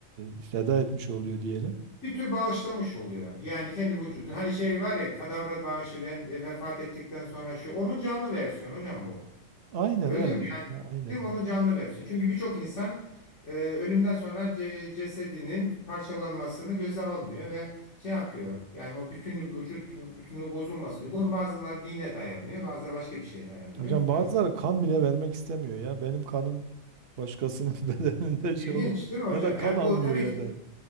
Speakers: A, on the right; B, on the left.
A: e, feda etmiş oluyor diyelim.
B: Bir tür bağışlamış oluyor. Yani kendi vücudunu. Hani şey var ya kadavra bağışı ben de vefat ettikten sonra şu. Onun canlı versiyonu hocam bu.
A: Aynen
B: Öldü
A: evet.
B: mü? Yani
A: Aynen.
B: değil mi? Onun canlı versiyonu. Çünkü birçok insan e, ölümden sonra ce- cesedinin parçalanmasını göze almıyor ve şey yapıyor. Yani o bütün vücut bütünlüğü bozulmasın. Bunu bazıları dine dayanıyor. Bazıları başka bir şeye dayandırıyor
A: Hocam
B: filan.
A: bazıları kan bile vermek istemiyor ya. Benim kanım başkasının <laughs> bedeninde şey
B: İlginç
A: olmaz.
B: değil mi hocam?
A: Ya da kan
B: Yani
A: almıyor
B: bu tabii
A: ya
B: ki
A: da.